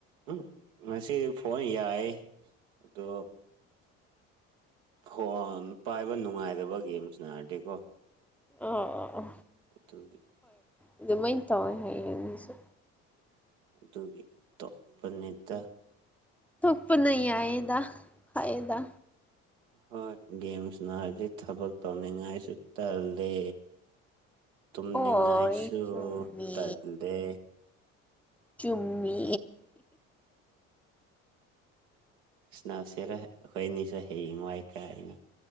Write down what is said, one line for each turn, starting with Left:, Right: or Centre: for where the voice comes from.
Right: ꯎꯝ ꯉꯁꯤꯗꯤ ꯐꯣꯟ ꯌꯥꯏ ꯑꯣ ꯐꯣꯟ ꯄꯥꯏꯕ ꯅꯨꯡꯉꯥꯏꯗꯕ ꯒꯦꯝꯁꯤꯅꯔꯗꯤꯀꯣ
Centre: ꯑ ꯑ ꯑ
Right: ꯑꯗꯨꯠꯇꯒꯤ
Centre: ꯑꯗꯨꯃꯥꯏꯅ ꯇꯧꯋꯦ ꯍꯥꯏꯌꯦ ꯃꯤꯁꯨ
Right: ꯑꯗꯨꯒꯤ ꯇꯣꯞꯄꯅꯤꯗ
Centre: ꯊꯨꯄ ꯅ ꯍꯥꯏꯦꯗ ꯍꯥꯏꯌꯦꯗ
Right: ꯍꯣꯏ ꯒꯦꯝꯁꯅ ꯍꯥꯏꯗꯤ ꯊꯕꯛ ꯇꯧꯅꯤꯡꯉꯥꯏꯁꯨ ꯇꯜꯂꯦ ꯇꯨꯝꯅꯤꯡꯉꯥꯏꯁꯨ
Centre: ꯍꯣꯏ ꯆꯨꯝꯃꯦ
Right: ꯇꯜꯦ
Centre: ꯆꯨꯝꯃꯤ
Right: ꯁꯅꯁꯤꯦꯔ ꯍꯅꯤꯁꯨ ꯍꯦꯃꯥꯏ ꯀꯅ